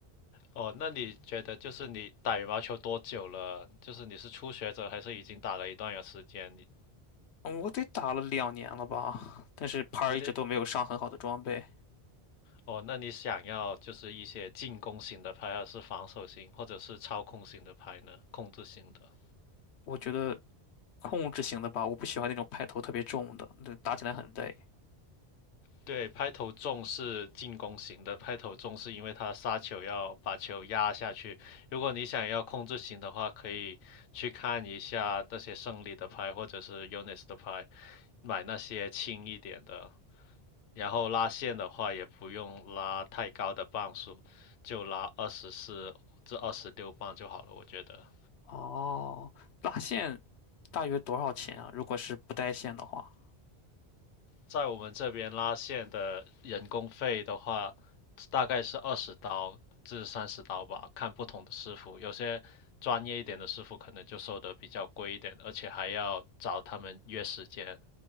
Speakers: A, on the left; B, on the left.
A: 哦，那你觉得就是你打羽毛球多久了？就是你是初学者还是已经打了一段有时间？你
B: 嗯我得打了两年了吧，但是拍儿一直都没有上很好的装备，
A: 你得哦哦，那你想要就是一些进攻型的拍，还是防守型，或者是操控型的拍呢？控制型的？
B: 我觉得控制型的吧，我不喜欢那种拍头特别重的，那打起来很累。
A: 对，拍头重是进攻型的，拍头重是因为他杀球要把球压下去。如果你想要控制型的话，可以去看一下那些胜利的拍或者是 Unis 的拍，买那些轻一点的。然后拉线的话，也不用拉太高的磅数，就拉二十四至二十六磅就好了，我觉得。
B: 哦，拉线大约多少钱啊？如果是不带线的话？
A: 在我们这边拉线的人工费的话，大概是二十刀至三十刀吧，看不同的师傅。有些专业一点的师傅可能就收的比较贵一点，而且还要找他们约时间，